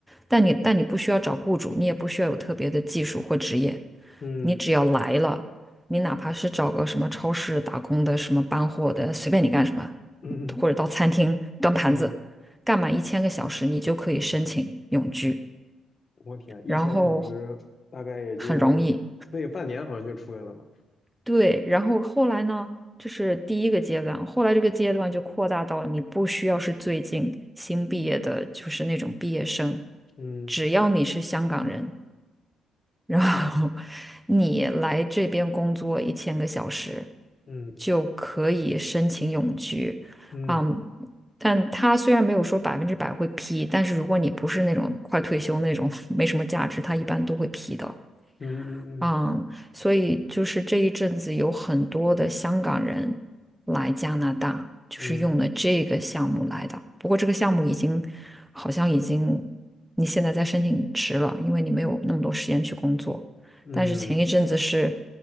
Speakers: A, in the centre; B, on the left.
A: 但你但你不需要找雇主，你也不需要有特别的技术或职业，
B: 嗯
A: 你只要来了，你哪怕是找个什么超市打工的，什么搬货的，随便你干什么，
B: 嗯
A: 或者到餐厅端盘子，
B: 嗯，
A: 干满一千个小时，你就可以申请永居，
B: 我天，一千个小时大概也就那个半年，
A: 然后很容易。
B: 好像就出来了吧？
A: 对，然后后来呢，这是第一个阶段，后来这个阶段就扩大到你不需要是最近新毕业的，就是那种毕业生，
B: 嗯
A: 只要你是香港人，然后你来这边工作一千个小时，
B: 嗯
A: 就可以申请永居。
B: 嗯
A: 嗯，但他虽然没有说百分之百会批，但是如果你不是那种快退休那种 <laughs> 没什么价值，他一般都会批的。
B: 嗯嗯嗯
A: 嗯，所以就是这一阵子有很多的香港人来加拿大，就是用了这个项目来的。
B: 嗯
A: 不过这个项目已经好像已经你现在在申请迟了，因为你没有那么多时间去工作。
B: 嗯
A: 但是前一阵子是